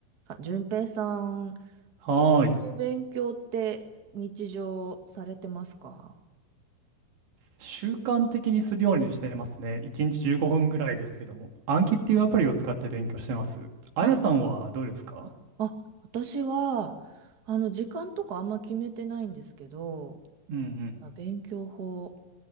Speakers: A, on the right; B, on the right.
A: あ、淳平さん、
B: はーい。
A: 英語の勉強って日常されてますか
B: 習慣的にするようにしてますね。1日15分ぐらいですけども。暗記っていうアプリを使って勉強してます。あやさんはどうですか
A: あ、あ、私は、あの、時間とかあんま決めてないんですけど、
B: うん
A: まあ勉強法、